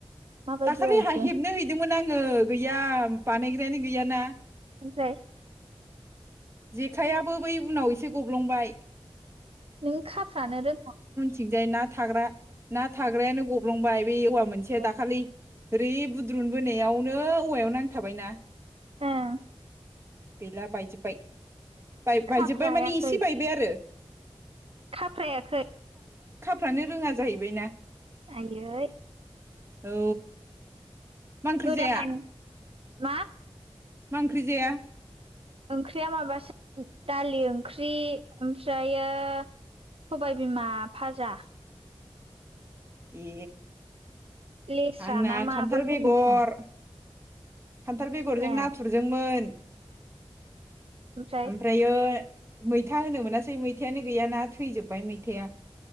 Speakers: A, on the right (about 65°); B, on the right (about 25°).
A: माबायदि
B: दाखालि
A: बायदों
B: हाय हेबनो हैदोंमोन आं आङो गैया बानायग्रायानो गैयाना
A: ओमफ्राय
B: जेखायाबो बै उनाव एसे गब्लंबाय
A: नों खाफ्रानो रोङा
B: थिंजाय ना थाग्रा ना थाग्रायानो गब्लंबाय बे औवा मोनसेया
A: रोङाखै
B: दाखालि ओरै बुद्रुन बोनायावनो औवायाव नांथाबायना
A: उम
B: गैला बायजोब्बाय बाय बायजोब्बाय
A: खाफ्रायाखै
B: माने एसे बायबाय आरो
A: खाफ्रायाखै
B: फ्रानो रोङा जाहैबाय ना।
A: आयै
B: औ मा ओंख्रि
A: गोदान
B: जाया
A: मा?
B: मा ओंख्रि जाया
A: ओंख्रिया माबासो दालि ओंख्रि ओमफ्रायो सबाय बिमा फाजा
B: ए
A: लेस्रा
B: आंना
A: ना माबो
B: खान्थाल
A: होनो
B: बेगर
A: खोमा
B: खान्थाल बेगरजों
A: ए
B: नाथुरजोंमोन।
A: ओमफ्राय
B: ओमफ्रायो मैथा होनो मोनासै मैथायानो गैयाना थैजोबबाय मैथाया